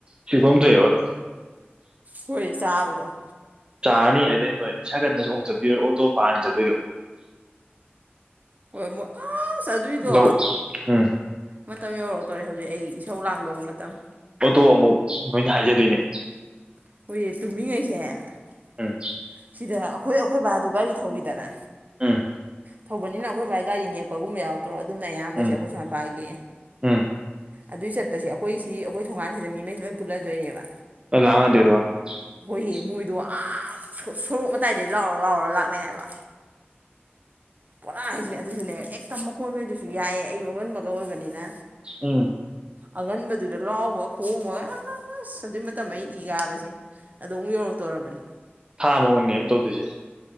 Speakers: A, on the right (about 20°); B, on the right (about 40°).
A: ꯁꯤꯐꯝ ꯊꯣꯛꯏ ꯑꯕꯗꯣ
B: ꯍꯣꯏ ꯆꯥꯕꯗꯣ
A: ꯆꯥꯔꯅꯤ ꯑꯗꯩ ꯅꯣꯏ ꯁꯥꯏꯀꯜꯗꯁꯨ ꯑꯃꯨꯛ ꯆꯠꯄꯤꯔꯣꯏ ꯑꯣꯇꯣ ꯐꯔꯥꯒꯅꯤ ꯆꯠꯇꯣꯏꯗꯣ
B: ꯍꯣꯏ ꯃꯣꯏ ꯑꯁ ꯑꯗꯨꯏꯗꯣ
A: ꯅꯧ ꯎꯝ
B: ꯃꯇꯝ ꯌꯧꯔꯛ ꯇꯧꯔꯦ ꯑꯩ ꯍꯧꯖꯤꯛ ꯑꯩ ꯏꯁꯧ ꯂꯥꯡꯗꯧꯕ ꯃꯇꯝ
A: ꯇꯣ ꯑꯃꯨꯛ ꯅꯣꯏꯅ ꯍꯥꯏꯖꯗꯣꯏꯅꯦ
B: <unintelligible>
A: ꯎꯝ
B: ꯁꯤꯗ ꯑꯩꯈꯣꯏ ꯑꯩꯈꯣꯏ ꯕꯥꯗꯨ ꯒꯥꯔꯤ ꯊꯧꯋꯤꯗꯅ
A: ꯎꯝ
B: ꯊꯧꯕꯅꯤꯅ ꯑꯩꯈꯣꯏꯕꯥ ꯒꯥꯔꯤ ꯅꯦꯛꯄꯒꯨꯝꯕ ꯌꯥꯎꯗ꯭ꯔꯣ ꯑꯗꯨꯝꯅ ꯑꯌꯥꯝꯕꯁꯦ
A: ꯎꯝ
B: ꯑꯩꯈꯣꯏ ꯁꯣꯝ ꯃꯄꯥꯒꯤ
A: ꯎꯝ
B: ꯑꯗꯨꯏ ꯆꯠꯄꯁꯦ ꯑꯈꯣꯏ ꯁꯤ ꯑꯈꯣꯏ ꯊꯣꯡꯒꯥꯟꯁꯤꯗ ꯃꯤꯍꯩꯁꯤ ꯂꯣꯏ ꯄꯨꯜꯂꯗꯣꯏꯅꯦꯕ
A: <unintelligible>
B: ꯏ ꯃꯣꯏꯗꯣ ꯑꯥ ꯁꯣꯔꯣꯛ ꯃꯇꯥꯏꯗꯩ ꯂꯥꯎꯔ ꯂꯥꯎꯔ ꯂꯥꯛꯅꯩ ꯍꯥꯏꯕ ꯄꯣꯔꯥ ꯍꯥꯏꯖꯤ ꯑꯗꯨꯁꯨꯅꯦ ꯍꯦꯛꯇ ꯃꯈꯣꯟ ꯃꯩꯗꯨꯁꯨ ꯌꯥꯛꯑꯦ ꯑꯌꯨꯛ ꯑꯉꯟꯕꯒ ꯑꯣꯏꯕꯅꯤꯅ
A: ꯎꯝ
B: ꯑꯉꯟꯕꯗꯨꯗ ꯂꯥꯎꯕ ꯈꯣꯡꯕꯒ ꯑꯥꯁ ꯑꯗꯨꯏ ꯃꯇꯝ ꯑꯩ ꯏ ꯀꯥꯕꯁꯤ ꯑꯗꯣꯝꯒꯤ ꯌꯧꯔꯛꯇꯣꯔꯕꯅꯤ
A: <unintelligible> ꯇꯧꯗꯨꯏꯁꯦ